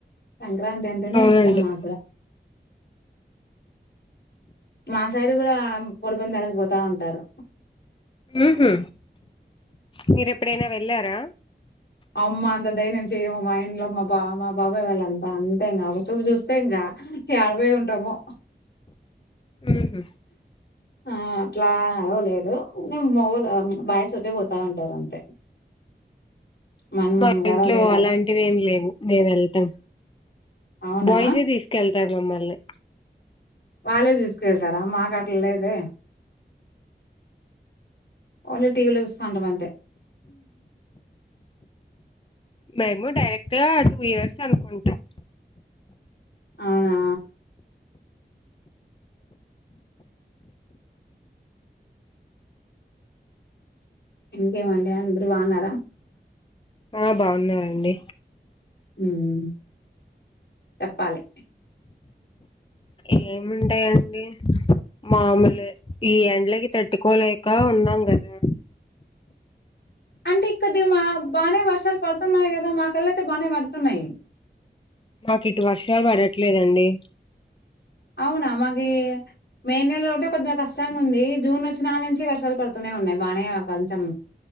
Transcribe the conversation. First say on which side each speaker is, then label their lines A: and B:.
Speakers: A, on the left; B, on the left.
A: సంక్రాంతి అంటేనే
B: అవునండి
A: ఇష్టం మాకు కూడా మా సైడ్ కూడా కోడిపందాలు పొతాఉంటారు
B: ఉహు మీరు ఎప్పుడైనా వెళ్లారా
A: అమ్మా అంత దైైర్యం చేయము మా ఇంట్లో మా బా మా బాబాయ్ వాళ్ళ అంతా అంతే ఇంకా ఒక చూపు చూస్తే ఇంకా రెండు పొయి ఉంటామో
B: హుమ్
A: ఆ అట్లా అరవలేదు నేను మోగొ ళ్ళు బాయస్ అయితే పోతాంటారు అంతే మనం
B: మా
A: గడవలేదు
B: ఇంట్లో అలాంటివి
A: అడ
B: ఏమి లేవు మేము వెళ్తాం
A: అవునా
B: బాయ్స్ ఎం తీసుకెళ్తారు మమ్మల్ని
A: వాళ్ళే తీసుకెళ్తారా మాకు అట్లా లేదే ఓన్లీ టీవీలో చూస్తా ఉంటాం అంతే
B: మేము డైరెక్ట్ గా టూ ఇయర్స్ అనుకుంటాం
A: అవునా ఇంకేమండి అందరు బాగున్నారా
B: ఆ బావున్నామండి
A: ఉమ్ చెప్పాలి
B: ఏమిఉంటాయండి మామూలే ఈ ఎండ్లకి తట్టుకోలేక ఉన్నాం కదా
A: అంటే ఇ కొద్ది మా బాగానే వర్షాలు పడుతున్నాయి కదా మా కల్ల అయితే బానే పడతున్నాయి
B: మాకు ఇటు వర్షాలు పడట్లేదండి
A: అవునా మాకి మే నెలలో ఉంటే కొద్దిగా కష్టంగా ఉంది జూన్ వచ్చిన నా నుంచి కొద్దిగా వర్షాలు పడుతున్నాయి ఉన్నాయి బాగానే కొంచెం